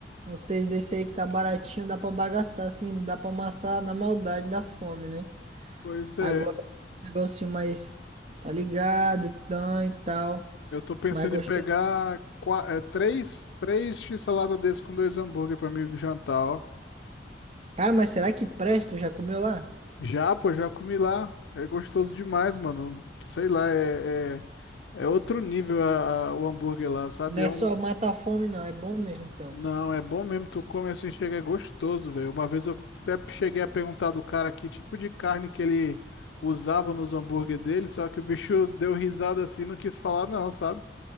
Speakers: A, on the right (about 35°); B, on the left (about 70°).
A: Um 6 desse aí que tá baratinho, dá pra bagaçar, assim, dá pra amassar na maldade da fome, né?
B: Pois é,
A: Agora o negocinho mais, tá ligado, e tã e tal,
B: eu tô pensando
A: mais gostoso.
B: em pegar qua- é, três, três x-salada desse com dois hambúrguer para mim jantar, ó.
A: Cara, mas será que presta? Tu já comeu lá?
B: Já, pô, já comi lá. É gostoso demais, mano. Sei lá, é, é, é outro nível a- a- o hambúrguer lá, sabe?
A: Não
B: É
A: é
B: um,
A: só mata a fome, não, é bom mesmo, então.
B: Não, é bom mesmo. Tu come assim, chega, é gostoso, velho. Uma vez eu até cheguei a perguntar do cara que tipo de carne que ele usava nos hambúrguer dele, só que o bicho deu risada assim, não quis falar não, sabe?